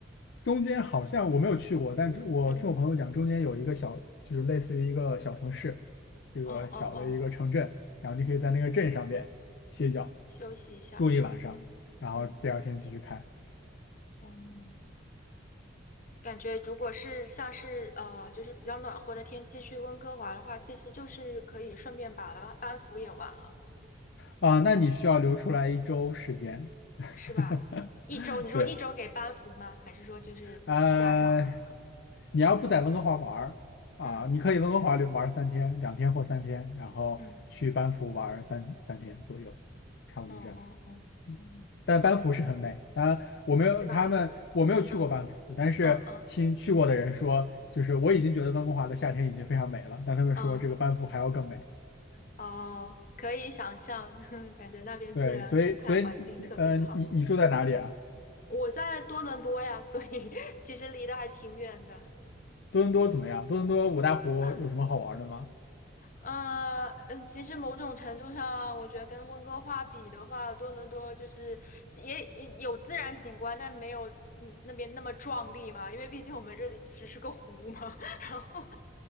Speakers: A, on the left (about 60°); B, on the left (about 40°).
A: 中间好像我没有去过，但是我听我朋友讲，
B: 嗯，
A: 中间有一个小，就是类似于一个小城市，这个小的一个城镇，
B: 哦哦哦，
A: 然后你可以在那个镇上边歇脚，
B: 休息一下。
A: 住一晚上，
B: 嗯嗯
A: 然后第二天继续开
B: 嗯。感觉如果是像是呃，就是比较暖和的天气去温哥华的话，其实就是可以顺便把班班服也完了，
A: 啊。那你需要留出来一周时间，<laughs>
B: 是吧？一周，你说一周给班服吗？
A: 对，
B: 还是说就是加上那个？
A: 呃，你要不在温哥华玩儿啊，
B: 嗯
A: 你可以温哥华留玩儿三天，两天或三天，然后去班夫玩儿三三天左右，
B: 嗯
A: 差不多这样子。
B: 嗯嗯嗯嗯，
A: 但班夫是很美。当然我没有他们我没有去过班夫，
B: 是吧？嗯
A: 但是听去过的人说，
B: 嗯嗯
A: 就是我已经觉得温哥华的夏天已经非常美了，但他们说这个班夫还要更美。
B: 嗯，<laughs> 哦，可以想象，<laughs> 感觉那边自然生态环境特别好。
A: 对，所以所以呃，你你你住在哪里啊？
B: 我在多伦多呀，所以 <laughs> 其实离得还挺远的。
A: 多伦多怎么样？多伦多五大湖有什么好玩的吗？
B: 啊。呃，嗯，其实某种程度上，我觉得跟温哥华比的话，多伦多就是也也有自然景观，但没有嗯那边那么壮丽嘛，因为毕竟我们这里只是个湖嘛。<laughs> 然后